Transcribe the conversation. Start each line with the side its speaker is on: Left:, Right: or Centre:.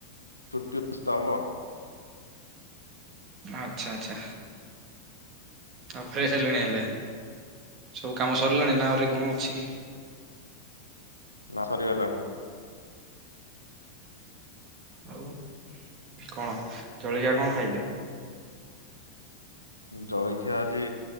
Left: ଛୁଟି ଅଛି ତ ଆମ
Right: ଆଚ୍ଛା ଆଚ୍ଛା। ହଁ ଫ୍ରେଶ ହେଲେଣି
Left: ହୁଁ।
Right: ହେଲେ, ସବୁ କାମ ସରିଲାଣି? ନାଁ ଆଉରି କଣ ଅଛି?
Left: ନା ସରିଗଲାଣି?
Right: ଆଉ କଣ? ଜଳିକିଆ କଣ ଖାଇଲେ?
Left: ଜଳଖିଆ ଆଜି